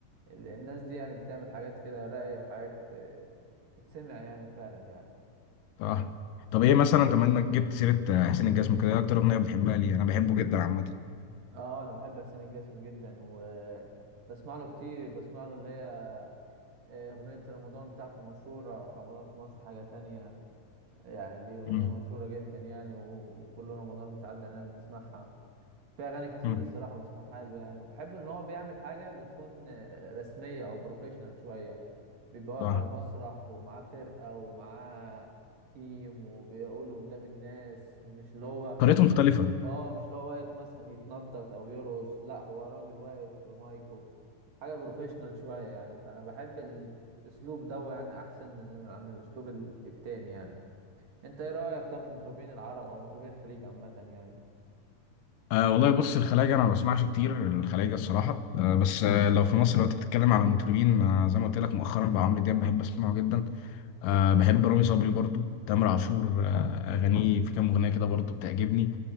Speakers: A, on the right; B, on the left.
A: ال- الناس دي يعني بتعمل حاجات كده راقيه وحاجات إيه، تتسمع يعني فعلا يعني
B: اه طب ايه مثلا طب ما انك جبت سيرة آه، حسين الجسمي كده ايه اكتر اغنية بتحبها ليه انا بحبه جدا عامة
A: اه انا بحب حسين الجسمي جدا و بسمع له كتير بسمع له اللي هي إيه، أغنية رمضان بتاعته المشهورة رمضان في مصر حاجة تانية يعني دي أغنية
B: مم.
A: مشهورة جدا يعني و- وكل رمضان بتعدي علينا بنسمعها في اغاني كتير
B: مم.
A: الصراحه بسمعها له يعني وبحب ان هو بيعمل حاجه بتكون آه، رسميه او بروفيشنال شويه بيبقى واقف
B: اه
A: على مسرح ومعاه فرقه ومعاه تيم وبيقول قدام الناس مش اللي هو
B: طريقته مختلفة
A: اه مش اللي هو واقف مثلا يتنطط او يرقص لا هو راجل واقف بمايكو حاجه بروفيشنال شويه يعني فانا بحب ال- الاسلوب ده يعني احسن من عن الاسلوب ال- التاني يعني انت ايه رايك طب في مطربين العرب او مطربين الخليج عامه يعني
B: أه والله بص الخلايجة أنا ما بسمعش كتير الخلايجة الصراحة أه بس أه لو في مصر لو أنت بتتكلم على مطربين أه زي ما قلت لك مؤخرا بقى عمرو دياب بحب أسمعه جدا أه بحب رامي صبري برضو تامر عاشور أه أغانيه في كام أغنية كده برضو بتعجبني